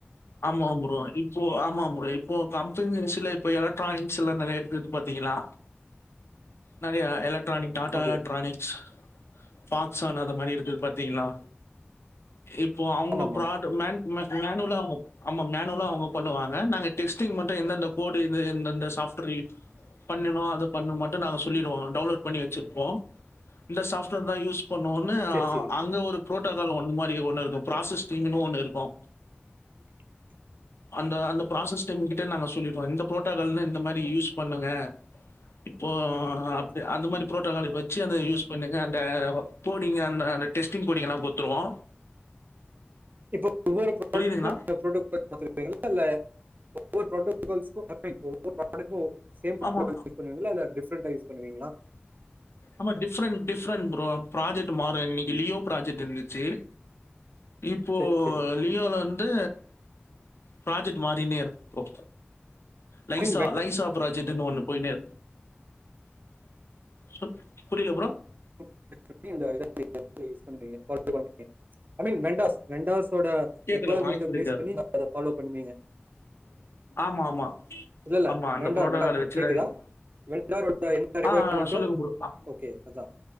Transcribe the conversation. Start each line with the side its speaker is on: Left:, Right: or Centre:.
Left: ஆமா ப்ரோ இப்போ ஆமாம் ப்ரோ இப்போ கம்பெனி வசுல இப்போ எலக்ட்ரானிக்ஸ் எல்லா நெறைய இருக்குது பாத்தீங்களா
Right: <inaudible>
Left: நெறைய electronic Tata
Right: okay
Left: electronics Foxconn அது மாரி இருக்குது பாத்தீங்களா இப்போ அவங்க
Right: ஆமாமா
Left: ப்ராடு மேன் மே மேனுலா ஆமா மேனுவலா அவங்க பண்ணுவாங்க நாங்க டெஸ்ட்டிங் மட்டு எந்தெந்த கோடு எந்தந்த சாப்ட்வேர் பண்ணனு அது பண்ணும் மட்டு நா சொல்லிடுவோ டவுன்லோட் பண்ணி வச்சிருப்போ இந்த சாப்ட்வேர் தா யூஸ் பொண்ணு ஒண்ணு
Right: செரி
Left: அ
Right: செரி
Left: அங்க ஒரு பு்ரோட்டோக்கால் ஒன்னு மாரி ஒன்னு இருக்கு ப்ராசஸ் டீம்ன்னு ஒண்ணு இருக்கு
Right: <inaudible>
Left: அந்த அந்த ப்ராசஸ் டீம் கிட்டே நாங்க சொல்லிடுவோ இந்த பு்ரோட்டோக்கால்னு இந்த மாரி யூஸ் பண்ணுங்க இப்போ அப்டி
Right: ஓகே
Left: அந்த மாரி புரோட்டோக்கால வச்சு அந்த யூஸ் பண்ணுங்க அந்த போடிங் அந்த அந்த டெஸ்டிங் போடிங்லா குடுத்துருவோ
Right: இப்ப ஒவ்வொ
Left: புரியுதுங்களா?
Right: ப்ரோ <inaudible> <unintelligible> இல்லல்ல ஒவ்வொரு ப்றோட்டோ கால்ஸ்க்கு ஒவ்வொரு ஆளுக்கு சேம் <inaudible>
Left: ஆமா.
Right: பண்ணுவீங்கள இல்ல டிஃப்ரண்டா யூஸ் பண்ணுவீங்களா
Left: ஆமா டிஃரண்ட் டிஃப்ரெண்ட் ப்ரோ ப்ராஜெக்ட் மாறு இன்னைக்கு லியோ ப்ராஜெக்ட் இருந்துச்சு இப்போ
Right: செரி செரி
Left: லி யோல வந்து ப்ராஜெக்ட் மாரினே இருக்கு லைசா
Right: ஐ மீன் வெண்டாஸ்
Left: லைசா ப்ராஜக்ன்னு ஒண்ணு போய்னே சொ கபுரியல ப்ரோ
Right: <inaudible> இத யூஸ் பண்ணுவீங்கோ பண்ணுவ ஐ மீன் வெண்டாஸ் வெண்டாஸ்சோட
Left: கேட்கல
Right: ரெக்யர்மெண்ட்ட
Left: வாய்ஸ் புரியல
Right: பேஸ் பண்ணி அத ஃபாலோ பண்ணுவீங்க
Left: ஆமா ஆமா
Right: இல்லல்ல
Left: ஆமா அந்த
Right: வெண்டார்
Left: ப்ரோட்டோகால்
Right: வெண்டா
Left: வச்சு
Right: கேக்குதா
Left: தான் இது.
Right: வெ வெண்டாரோடா எந்த ரெக்கொயர்மெண்ட்டு
Left: ஆ சொல்லுங்க ப்ரோ
Right: ஓகே அதா